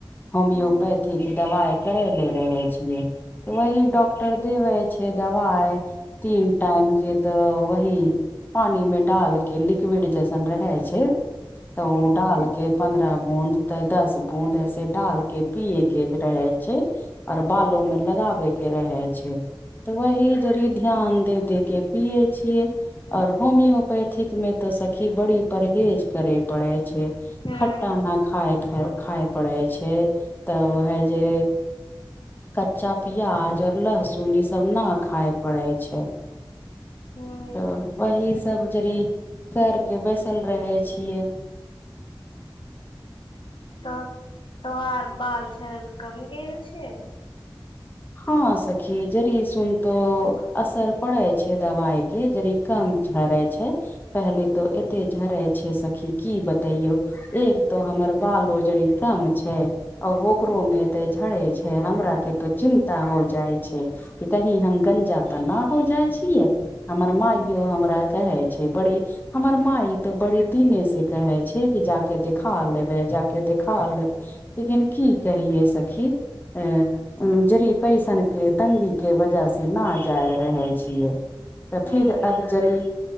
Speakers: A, on the left; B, on the left.
A: होमियोपैथिक
B: हूँ
A: दबाइ करै ले रहै छियै वही डॉक्टर
B: हूँ
A: देबे छै दवाइ तीन टाइम के तऽ वही पानी में डाल के लिक्विड जैसन रहे छै तऽ ओ डालके पन्द्रह बूंद तऽ दस बूंद ऐसे डालके पियए के रहे छै आओर बालो में लगाबे के रहै छै तऽ वही जड़ी ध्यान दे दे के पियए छियए और होमियोपेथिक में ते सखी बड़ी परहेज करे पड़े छै
B: हूँ
A: खट्टा नहि खाए-खाएब खाय पड़ै छै तब है जे कच्चा प्याज और लहसुन ई सब ना खाय पड़े छै
B: हूं
A: तऽ वही सब जडी़ कर के बैसल रहे छिए
B: तऽ तोहार बाल झड़ कम गेल छै
A: हँ सखी जड़ी सुनतो असर पड़े छै दवाइ के जड़ी कम झरे छै पहले तो एते झरे छै सखी की बतेइयो एक तो हमर बालो जड़ी कम छै और ओकरो में एते झड़े छै हमरा के तो चिन्ता हो जाइ छै कि कही हम गंजा तऽ नहि हो जाइ छिऐ हमर मइयो
B: हूँ
A: हमरा कहे छै बड़ी हमर माई ते बड़े दिने से कहे छै कि जाकऽ देखा लेबे जाकऽ देखा लेबए लेकिन की कहहिए सखी ए जरी पइसन के तंगी के वजह से न जाय रहे छिए तऽ
B: हूँ
A: फिर अब जड़ी